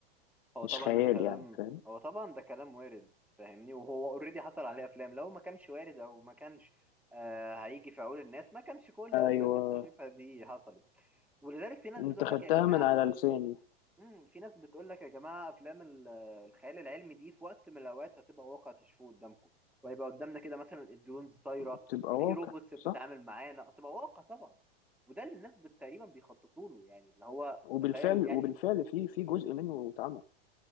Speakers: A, in the centre; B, on the left.
A: هو
B: مش
A: طبعا
B: خيال
A: الكلام
B: يعني فاهم
A: هو طبعا ده كلام وارد فاهمني وهو اوريدي حصل عليه افلام لو ما كانش وارد او ما كانش آه هيجي في عقول الناس ما كانش كل
B: ايوه
A: الافلام اللي انت شايفها دي حصلت ولذلك في ناس
B: انت
A: بتقول
B: خدتها
A: لك يا جماعه
B: من على لساني
A: امم في ناس بتقول لك يا جماعه افلام ال- الخيال العلمي دي في وقت من الاوقات هتبقى واقع تشوفوه قدامكم وهيبقى قدامنا كده مثلا الدرونز طايره
B: بتبقى
A: وفي
B: واقع
A: روبوتس بتتعامل
B: صح
A: معانا تبقى واقع طبعا وده اللي الناس بت- تقريبا بيخططوا له يعني اللي هو
B: وبالفعل
A: تخيل يعني
B: وبالفعل في في جزء منه اتعمل